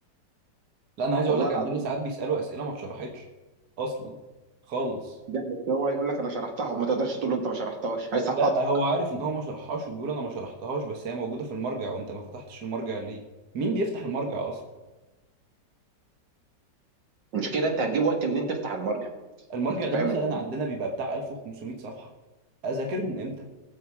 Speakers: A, on the right; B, on the right.
A: لا أنا عايز أقول
B: والله
A: لك
B: العظيم
A: عندنا ساعات بيسألوا أسئلة ما اتشرحتش أصلا خالص
B: لا بس هو هيقول لك انا شرحتها وما تقدرش تقول له انت ما شرحتهاش هيسقطك
A: لا هو عارف إن هو ما شرحهاش وبيقول أنا ما شرحتهاش بس هي موجودة في المرجع وأنت ما فتحتش المرجع ليه؟ مين بيفتح المرجع أصلا؟
B: المشكله انت هتجيب وقت منين تفتح المرجع
A: المرجع
B: انت فاهم
A: ده مثلا
B: انت
A: عندنا بيبقى بتاع 1500 صفحة أذاكرهم إمتى؟